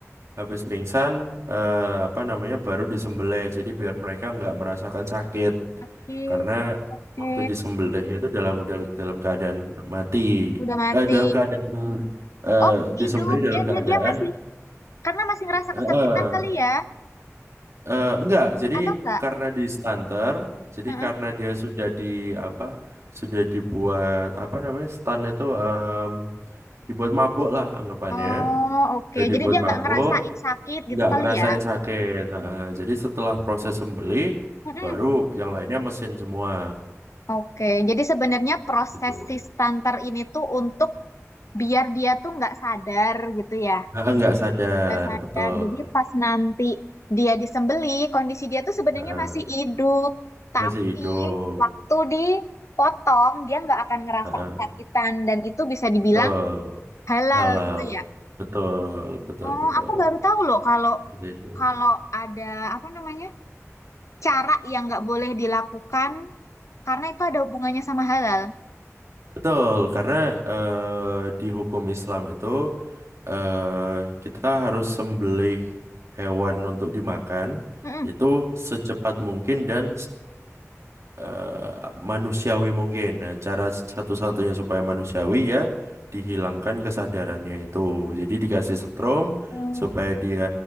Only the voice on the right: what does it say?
Habis pingsan, eh, apa namanya, baru disembelih. Jadi biar mereka nggak merasakan sakit.
Karena
waktu disembelihnya itu dalam udah dalam keadaan mati.
Eh, dalam keadaan eh,
disembelih dalam
keadaan
eh, eh,
eh, enggak. Jadi
karena di stunter, jadi
karena dia sudah di apa sudah dibuat apa namanya stun itu em, dibuat mabuk lah anggapannya.
Sudah dibuat
mabuk.
nggak
ngerasain
sakit. Heeh. Jadi setelah proses sembelih,
baru yang lainnya mesin semua
gitu.
Heeh, nggak sadar,
betul.
Heeh,
Masih hidup,
Heeh,
betul.
Halal,
betul, betul,
betul.
Seperti itu.
Betul, karena eh, di hukum Islam itu eh, kita harus sembelih hewan untuk dimakan
itu secepat mungkin dan eh, manusiawi mungkin. Nah, cara satu-satunya supaya manusiawi ya dihilangkan kesadarannya itu. Jadi dikasih setrum
supaya dia